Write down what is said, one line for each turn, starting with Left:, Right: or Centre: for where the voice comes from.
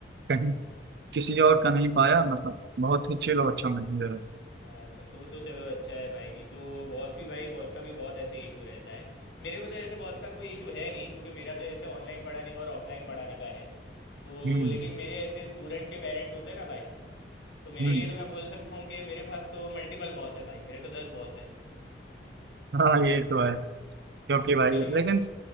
Right: कहीं किसी और का नहीं पाया मतलब बहुत ही चिल और अच्छा मैनेजर है
Left: अच्छा तो तो चलो अच्छा है भाई नहीं तो बॉस भी भाई बॉस का भी बहुत ऐसे इशू रहता है मेरे को तो ऐसे बॉस का कोई इशू है नहीं क्योंकि मेरा तो ऐसे ऑनलाइन पढ़ाने का और ऑफलाइन पढ़ाने का है तो
Right: हम्म
Left: लेकिन मेरे ऐसे स्टूडेंट्स के पेरेंट्स होते हैं ना भाई तो मेरे
Right: हम्म
Left: लिए तो मैं बोल सकता हूँ कि मेरे पास तो मल्टीपल बॉस है भाई मेरे तो दस बॉस है <laughs>
Right: हाँ ये तो है क्योंकि
Left: हाँ उस
Right: भाई
Left: तरीके
Right: लेकिन
Left: से